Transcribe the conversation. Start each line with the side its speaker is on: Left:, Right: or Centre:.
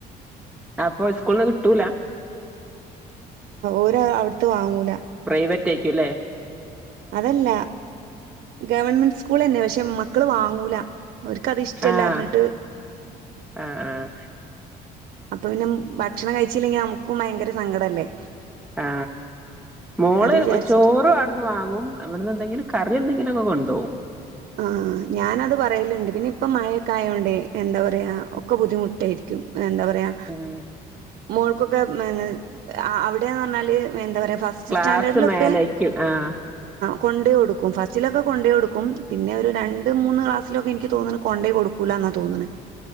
Centre: അപ്പൊ സ്കൂളന്ന് കിട്ടൂല.
Right: ഓര് അവിടുത്ത് വാങ്ങൂല.
Centre: പ്രൈവറ്റ് ഐക്കും ലെ?
Right: അതല്ല ഗവൺമെന്റ് സ്കൂൾ തന്നെ പക്ഷെ മക്കള് വാങ്ങൂല. അവർക്ക്ത് ഇഷ്ടല്ല
Centre: ആഹ്
Right: റഞ്ഞിട്ട്.
Centre: ആഹ് ആഹ്
Right: അപ്പൊ പിന്നെ ഭക്ഷണം കഴിച്ചില്ലെങ്കിൽ നമുക്കും ഭയങ്കര സങ്കടം അല്ലേ?
Centre: ആ മോള്
Right: അത് വിചാരിച്ചിട്ട്
Centre: ചോറും അവിടുന്ന് വാങ്ങും. അവിടെന്ന് എന്തെങ്കിലും കറി എന്തെങ്കിലും ഒക്കെ കൊണ്ടോവും.
Right: ആ ഞാനത് പറയലുണ്ട് പിന്നെ ഇപ്പ മഴക്കായോണ്ട് എന്താ പറയാ ഒക്കെ ബുദ്ധിമുട്ടായിരിക്കും. എന്താ പറയാ
Centre: ഉം
Right: മോൾക്കൊക്കെ എ അവിടെന്ന് റഞ്ഞാല് എന്താ പറയാ. ഫസ്റ്റ്
Centre: ക്ലാസ്
Right: സ്റ്റാൻഡേർഡിലൊക്കെ
Centre: മേലേക്ക് ആഹ്
Right: കൊണ്ടെ കൊടുക്കും ഫസ്റ്റിലൊക്കെ കൊണ്ടെ കൊടുക്കും. പിന്നെ ഒരു രണ്ട് മൂന്ന് ക്ലാസ്സിലൊക്കെ എനിക്ക് തോന്നുന്നത് കൊണ്ടേ കൊടുക്കൂല എന്നാണ് തോന്നണുന്നത്.